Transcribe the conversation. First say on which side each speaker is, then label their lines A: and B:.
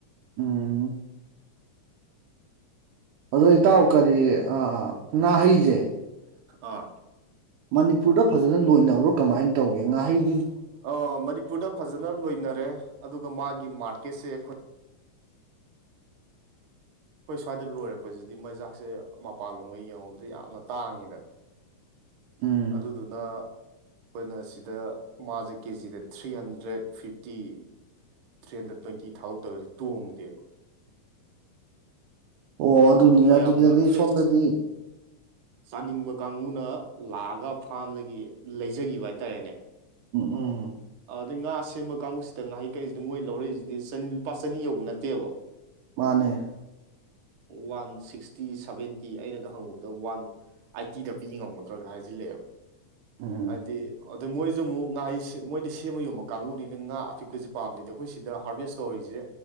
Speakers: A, on the right; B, on the right.
A: ꯎꯝ ꯑꯗꯣ ꯏꯇꯥꯎ ꯀꯔꯤ ꯑ ꯉꯥꯍꯩꯖꯦ
B: ꯑꯥ
A: ꯃꯅꯤꯄꯨꯔꯗ ꯐꯖꯅ ꯂꯣꯏꯅꯕ꯭ꯔꯣ ꯀꯃꯥꯏꯟ ꯇꯧꯒꯦ ꯉꯥꯍꯩ
B: ꯑꯧ ꯃꯅꯤꯄꯨꯔꯗ ꯐꯖꯅ ꯂꯣꯏꯅꯔꯦ ꯑꯗꯨꯒ ꯃꯥꯒꯤ ꯃꯥꯔꯀꯦꯠꯁꯦ ꯈꯣꯏ
A: <inaudible>
B: ꯈꯣꯏ ꯁ꯭ꯋꯥꯏꯗ ꯂꯣꯏꯔꯛꯄꯖꯤꯗꯤ ꯃꯩꯖꯥꯛꯁꯦ ꯃꯄꯥꯟꯂꯣꯝꯒ ꯌꯦꯡꯉꯨꯕꯗ ꯌꯥꯝꯅ ꯇꯥꯡꯉꯤꯗꯅ
A: ꯎꯝ
B: ꯑꯗꯨꯗꯨꯅ ꯈꯣꯏꯅ ꯁꯤꯗ ꯃꯥꯖꯦ ꯀꯦꯖꯤꯗ three hundred fifty three hundred twenty ꯊꯥꯎ ꯇꯥꯎꯗ꯭ꯔꯗꯤ ꯇꯣꯡꯗꯦꯕ
A: ꯑꯣ ꯑꯗꯨꯅꯤ
B: ꯑꯗꯨꯝ ꯃꯌꯥꯝꯅ
A: ꯑꯗꯨꯗꯗꯤ
B: ꯐ꯭ꯔꯦꯁ꯫
A: ꯁꯣꯝꯗꯗꯤ
B: ꯆꯥꯅꯤꯡꯕ ꯀꯥꯡꯕꯨꯅ ꯂꯥꯛꯑꯒ ꯐꯥꯝꯗꯒꯤ ꯂꯩꯖꯒꯤꯕ ꯍꯥꯏꯇꯥꯔꯦꯅꯦ꯫
A: ꯎ ꯎꯡ
B: ꯑꯧꯗꯩ ꯉꯥ ꯁꯦꯝꯕ ꯀꯥꯡꯕꯨꯁꯤꯗ ꯉꯥꯍꯩ ꯀꯛꯏꯖꯤꯗꯤ ꯃꯣꯏꯅ ꯂꯧꯔꯛꯏꯖꯤꯗꯤ ꯆꯟ ꯂꯨꯄꯥ ꯆꯅꯤ ꯌꯧꯕ ꯅꯠꯇꯦꯕ꯫
A: ꯃꯥꯅꯦ
B: ꯋꯥꯟ ꯁꯤꯛꯁꯇꯤ ꯁꯚꯦꯟꯇꯤ ꯑꯩꯅꯒ ꯍꯪꯉꯨꯕꯗ ꯋꯥꯟ ꯑꯥꯏꯇꯤꯗ ꯄꯤ ꯉꯝꯒꯗ꯭ꯔꯥꯒ ꯍꯥꯏꯖꯤꯜꯂꯦꯕ
A: ꯎꯝ
B: ꯑꯗꯤ ꯑꯗ ꯃꯣꯏꯖꯦ ꯃꯨꯛ ꯉꯍꯩ ꯃꯣꯏꯗꯤ ꯁꯦꯝꯃ ꯌꯣꯟꯕ ꯀꯥꯡꯕꯨꯅꯤꯅ ꯉꯥ ꯑꯄꯤꯛꯄꯁꯦ ꯄꯥꯝꯗꯦꯗ ꯑꯩꯈꯣꯏ ꯁꯤꯗ ꯍꯥꯔꯚꯦꯁ ꯇꯧꯔꯤꯖꯦ